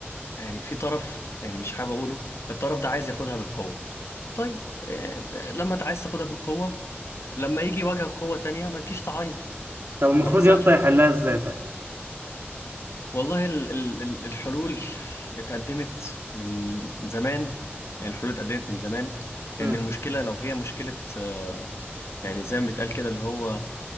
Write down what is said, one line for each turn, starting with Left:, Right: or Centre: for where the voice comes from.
Left: يعني في طرف يعني مش حابب اقوله الطرف ده عايز ياخدها بالقوه طيب آه، ب- لما انت عايز تاخدها بالقوه لما يجي واجهك قوه تانية ما تجيش تعيط
Right: طب المفروض
Left: الم... سهل
Right: يا اسطى يحلها ازاي طيب
Left: والله ال- ال- ال- الحلول اتقدمت من زمان يعني الحلول اتقدمت من زمان
Right: امم
Left: لأن المشكلة لو هي مشكلة آه، يعني زي ما بيتقال كده اللي هو